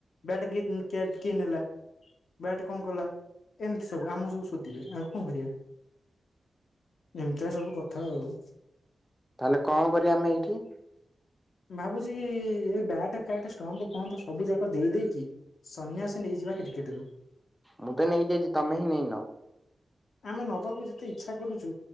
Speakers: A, on the left; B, in the centre.
A: ବ୍ୟାଟ କିଏ କିଏ ନେଲା। ବ୍ୟାଟେ କଣ କଲା ଏମିତି ସବୁ ଆମକୁ ସବୁ ଶୋଧିବେ ଆଉ କଣ କରିବା। ଏମିତିଆ ସବୁ କଥା ଆଉ।
B: ତାହେଲେ କଣ କରିବା ଆମେ ଏଇଠି।
A: ଭାବୁଚି ଏ ବ୍ୟାଟ ଫ୍ୟାଟ ଷ୍ଟମ୍ପ ଫମ୍ପ ସବୁ ଯାକ ଦେଇ ଦେଇକି ସନ୍ନ୍ୟାସ ନେଇ ଯିବା କ୍ରିକେଟରୁ।
B: ମୁଁ ତ ନେଇକି ଆଇଚି ତମେ ହିଁ ନେଇନ।
A: ଆମେ ନବାକୁ ଯେତେ ଇଚ୍ଛା କରୁଚୁ